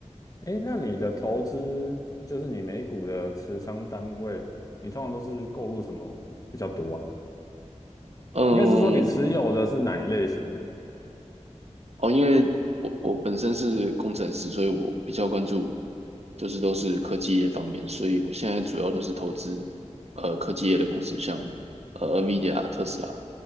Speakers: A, on the left; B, on the right.
A: 哎，那你的投资就是你美股的持仓单位，你通常都是购入什么比较多啊？
B: 嗯，
A: 应该是说你持有的是哪一类型的？
B: 哦，因为我我本身是工程师，所以我比较关注，就是都是科技业方面，所以我现在主要都是投资，呃，科技业的公司，像呃，NVIDIA 啊、特斯拉